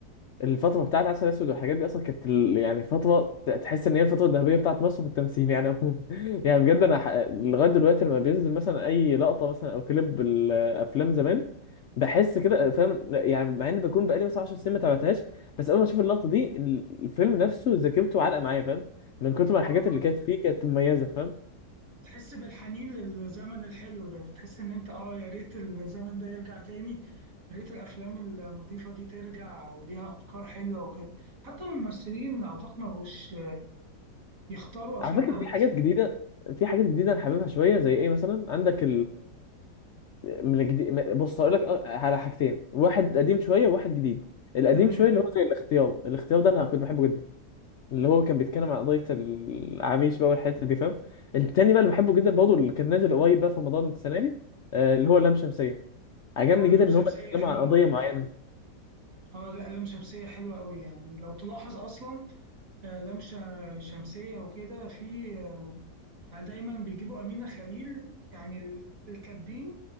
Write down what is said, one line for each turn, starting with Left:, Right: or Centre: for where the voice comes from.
Left: الفترة بتاعت عسل أسود والحاجات دي أصلا كانت ال- يعني فترة ت- تحس إن هي الفترة الذهبية بتاعت مصر في التمثيل يعني عموما <laughs> يعني بجد أنا ح- لغاية دلوقتي لما بينزل مثلا أي لقطة مثلا أو كليب الأفلام زمان بحس كده فاهم يعني مع إن بكون بقالي مثلا 10 سنين ما تابعتهاش بس أول ما أشوف اللقطة دي ال- الفيلم نفسه ذاكرته علقة معايا فاهم من كتر ما الحاجات
Right: اه
Left: اللي كانت فيه كانت مميزة فاهم
Right: تحس بالحنين للزمن الحلو ده بتحس إن أنت اه يا ريت الزمن ده يرجع تاني يا ريت الأفلام النظيفة دي ترجع وليها أفكار حلوة وكده حتى الممثلين أعتقد ما بقوش يختاروا أفلام
Left: على فكرة
Right: كويسة
Left: في حاجات جديدة في حاجات جديدة أنا حاببها شوية زي إيه مثلا عندك من الجديد من- بص هقول لك على حاجتين واحد قديم شويه وواحد جديد القديم
Right: تمام
Left: شويه اللي هو زي الاختيار الاختيار ده انا كنت بحبه جدا اللي هو كان بيتكلم عن قضيه العريش بقى والحته دي فاهم التاني بقى اللي بحبه جدا برضه اللي كان نازل قريب بقى في رمضان السنه دي آه، اللي هو لام شمسيه عجبني
Right: اه
Left: جدا
Right: لام
Left: ان
Right: شمسية
Left: هم اتكلموا
Right: حلوة
Left: عن قضيه
Right: قوي
Left: معينه
Right: اه لا لام شمسية حلوة قوي يعني لو تلاحظ أصلا آه، لام ش- شمسية وكده في يعني دايما بيجيبوا أمينة خليل يعني ال- الكاتبين